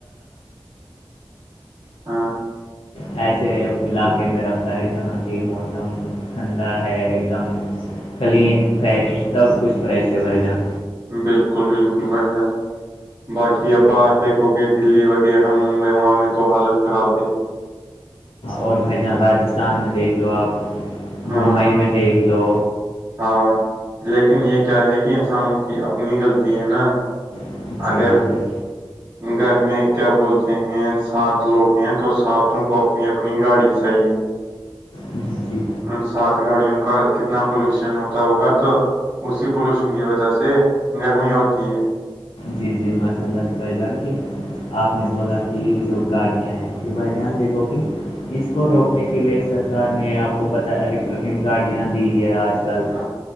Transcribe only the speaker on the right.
ہاں
بالکل بالکل بھائی جان باقی اب
باہر دیکھو گے دلی وغیرہ ممبئی وہاں میں تو حالت خراب ہے
ہاں
ہاں لیکن یہ کیا ہے کہ انسانوں کی اپنی غلط ہے نا
اگر
گھر میں کیا بولتے ہیں سات لوگ ہیں تو ساتوں کو تمہیں اپنی گاڑی چاہیے
ان سات گاڑیوں کا کتنا پولوشن ہوتا ہوگا تو اسی پولوشن کی وجہ سے گرمی ہوتی ہے
ہاں